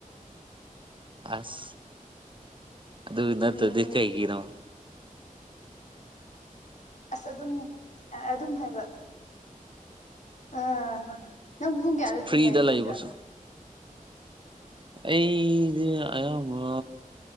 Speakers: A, on the right (about 35°); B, on the left (about 55°).
A: ꯑꯁ ꯑꯗꯨ ꯅꯠꯇ
B: ꯎꯝ
A: ꯀꯥꯔꯤꯒꯤꯅꯣ
B: ꯑꯁ ꯑꯗꯨꯝ ꯑꯗꯨꯝ ꯍꯥꯏꯕ ꯑ ꯅꯪ ꯄꯨꯡ ꯀꯌꯥꯗ
A: ꯐ꯭ꯔꯤꯗ
B: ꯇꯨꯝꯃꯦ ꯍꯤꯡꯗ
A: ꯂꯩꯕꯁꯨ ꯑꯩꯗꯤ ꯑꯌꯥꯝꯕ